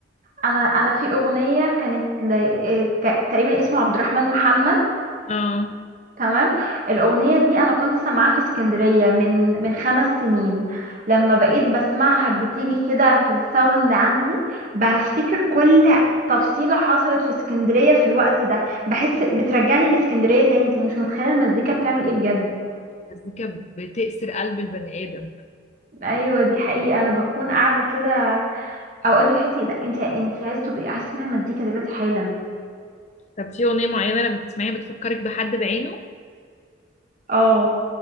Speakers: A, on the right (about 40°); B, on the left (about 35°).
A: انا انا في اغنيه كانت ل... آه، ت- تقريبا اسمه عبد الرحمن محمد
B: اه
A: تمام الأغنية دي أنا كنت سامعاها في اسكندرية من من خمس سنين لما بقيت بسمعها بتيجي كده في الساوند عندي بفتكر كل تفصيلة حصلت في اسكندرية في الوقت ده بحس بترجعني لاسكندرية تاني انت مش متخيلة المزيكا بتعمل ايه بجد
B: المزيكا بتأسر قلب البني ادم
A: ايوه دي حقيقة انا بكون قاعدة كده اوقات بتحسي لا انت انت عايز تبقي عايز تسمعي مزيكا دلوقتي حالا
B: طب في اغنيه معينه لما بتسمعيها بتفكرك بحد بعينه
A: اه